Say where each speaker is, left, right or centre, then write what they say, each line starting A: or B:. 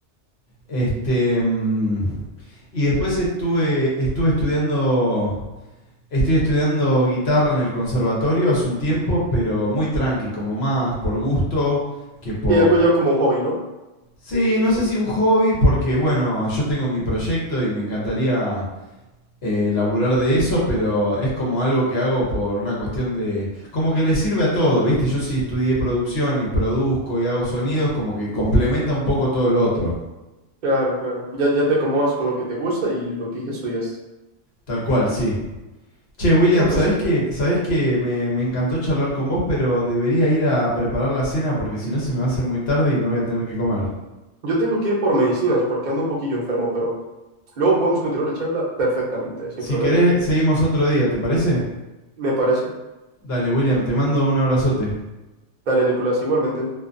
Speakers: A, on the left; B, on the right.
A: Este. mm, y después estuve, estuve estudiando. Estoy estudiando guitarra en el conservatorio hace un tiempo, pero muy tranqui, como más por gusto que por
B: Y algo ya como un hobby, ¿no?
A: Sí, no sé si un hobby, porque bueno, yo tengo mi proyecto y me encantaría eh, laburar de eso, pero es como algo que hago por una cuestión de... Como que le sirve a todo, ¿viste? Yo sí estudié producción y produzco y hago sonidos, como que complementa un poco todo lo otro.
B: Claro, claro. Ya, ya te acomodas con lo que te gusta y lo que ya estudiaste.
A: Tal cual, sí. Che, William,
B: No, pues
A: ¿sabés que, sabés que me, me encantó charlar con vos, pero debería ir a preparar la cena porque si no se me va a hacer muy tarde y no voy a tener que comer.
B: yo tengo que ir por medicinas porque ando un poquillo enfermo, pero luego podemos continuar la charla perfectamente, sin
A: Si
B: problema.
A: querés, seguimos otro día, ¿te parece?
B: Me parece.
A: Dale, William, te mando un abrazote.
B: Dale, Nicolás, igualmente.